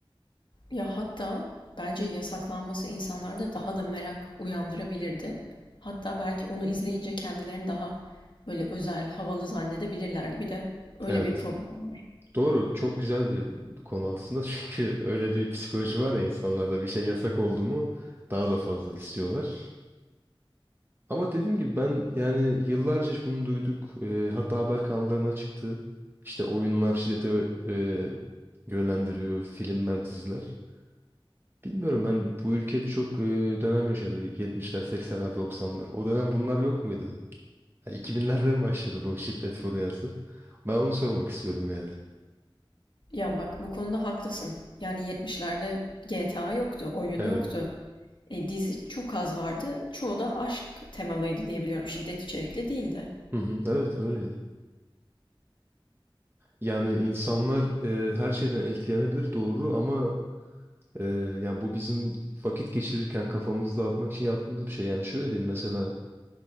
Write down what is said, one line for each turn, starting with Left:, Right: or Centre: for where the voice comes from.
Left: Ya hatta bence yasaklanması insanlarda daha da merak uyandırabilirdi. Hatta belki onu izleyince kendilerini daha böyle özel, havalı zannedebilirlerdi. Bir de öyle
Right: Evet.
Left: bir problem var.
Right: Doğru, çok güzel bir konu aslında <laughs> çünkü öyle bir psikoloji var ya insanlarda bir şey yasak oldu mu daha da fazla istiyorlar. Ama dediğim gibi ben yani yıllarca hiç bunu duyduk. Ee, hatta haber kanallarına çıktı. İşte oyunlar şiddete e, yönlendiriyor, filmler, diziler. Bilmiyorum ben bu ülke birçok e, dönem yaşadı. 70'ler, 80'ler, 90'lar. O dönem bunlar yok muydu? Ha, 2000'lerde mi başladı bu şiddet furyası? Ben onu sormak istiyorum yani.
Left: Ya bak bu konuda haklısın. Yani 70'lerde GTA yoktu, oyunu
Right: Evet.
Left: yoktu. E, dizi çok az vardı. Çoğu da aşk temalıydı diyebiliyorum. Şiddet içerikli değildi.
Right: Hı hı, evet öyleydi. Yani insanlar e, her şeyden etkilenebilir doğru ama Ee, yani bu bizim vakit geçirirken kafamızı dağıtmak için yaptığımız bir şey. Yani şöyle diyeyim mesela